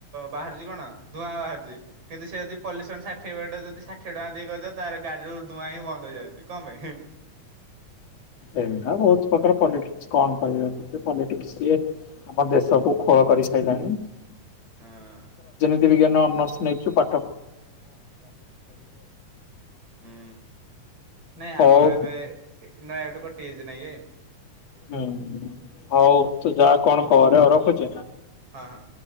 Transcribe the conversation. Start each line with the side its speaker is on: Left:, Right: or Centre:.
Right: ବାହାରୁଛି କଣ? ଧୂଆଁ ବାହାରୁଛି କିନ୍ତୁ ସେ ଯଦି ପଲୁସନ ଷାଠିଏ ଯଦି ଷାଠିଏ ଟଙ୍କା ଦେଇଦଅ ତାର ଗଡି ର ଧୂଆଁ ହିଁ ବ ଯାଉଛି କଣ ପାଇଁ?
Left: ଏଇଟ ବହୁତ ପ୍ରକାର ପଲିିକସ କଣ କହିବ ।ପଲିଟିଷକି ଆମ ଦେଶ କୁ ଖୋଳ କରି ସାରିଲାଣି ।
Right: ହଁ
Left: ବିଜ୍ଞାନ ଅନର୍ସ ନେଇଛୁ ପା
Right: ହୁଁ ନାଇଁ ଆମର
Left: ହଉ
Right: ଏବେ ନୂଆ ଗୋଟେ କଟି ଯାଇଛି ନାଇଁ ଏ
Left: ହୁଁ ହଉ ତୁ ଯାହା କଣ କରରେ ଆଉ ରଖୁ
Right: ହଁ ହଁ।